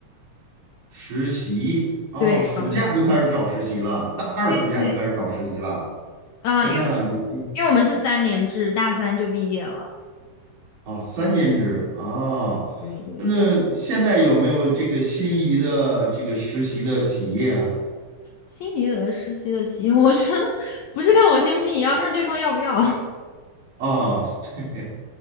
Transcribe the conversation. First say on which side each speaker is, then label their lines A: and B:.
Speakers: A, on the right; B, on the left.
A: 实习哦，
B: 对，
A: 暑假就开始找实习了，
B: 找实
A: 大二暑假就开始找实习了。
B: 对对，嗯、
A: 天呐，
B: 因为
A: 你这
B: 因为我们是三年制，大三就毕业了。
A: 哦，三年制啊，
B: 对对，
A: 那现在有没有这个心仪的这个实习的企业啊？
B: 心仪的实习的企业，我觉得不是看我心不心仪，要看对方要不要。<laughs>
A: 啊，对，